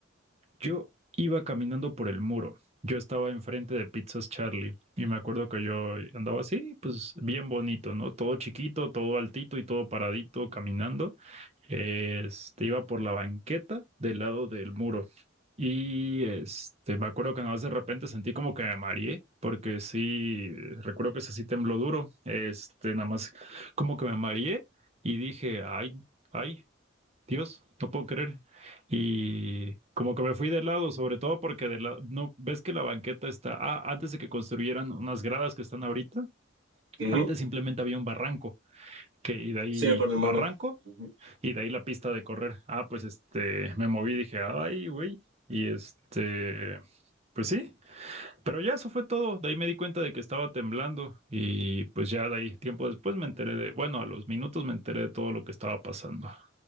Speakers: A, on the right (about 35°); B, on the right (about 75°).
A: Yo iba caminando por el muro. Yo estaba enfrente de Pizzas Charlie y me acuerdo que yo andaba así, pues bien bonito, ¿no? Todo chiquito, todo altito y todo paradito caminando. Este, iba por la banqueta del lado del muro. Y este, me acuerdo que nada más de repente sentí como que me mareé, porque sí, recuerdo que ese sí tembló duro. Este, nada más como que me mareé y dije, ay, ay. Dios, no puedo creer. Y como que me fui de lado, sobre todo porque de la, no, ves que la banqueta está, ah, antes de que construyeran unas gradas que están ahorita,
B: Ujú.
A: antes simplemente había un barranco, que y de ahí
B: Sí, por el
A: barranco
B: muro. Ujú.
A: y de ahí la pista de correr. Ah, pues este, me moví, dije, ay, güey, y este, pues sí, pero ya eso fue todo. De ahí me di cuenta de que estaba temblando y pues ya de ahí, tiempo después me enteré de, bueno, a los minutos me enteré de todo lo que estaba pasando.